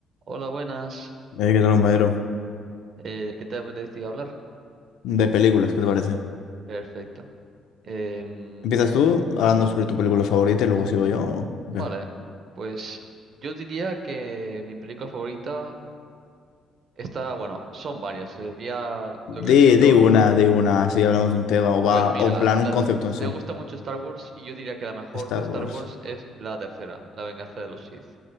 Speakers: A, on the right (about 45°); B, on the left (about 85°).
A: Hola, buenas.
B: Eh, ¿Qué tal, compañero?
A: Eh, ¿de qué te apetecía hablar?
B: De películas, ¿qué te parece?
A: Perfecto. Em,
B: ¿Empiezas tú hablando sobre tu película favorita y luego sigo yo? o
A: vale,
B: qué?
A: pues yo diría que mi película favorita está, bueno, son varias. Sería lo
B: Di,
A: que viene siendo,
B: di una, di una, así hablamos de un tema o va,
A: pues mira,
B: o en plan,
A: las,
B: un concepto en
A: me
B: sí.
A: gusta mucho Star Wars y yo diría que la mejor
B: Star
A: de Star
B: Wars.
A: Wars es la tercera, La venganza de los Sith.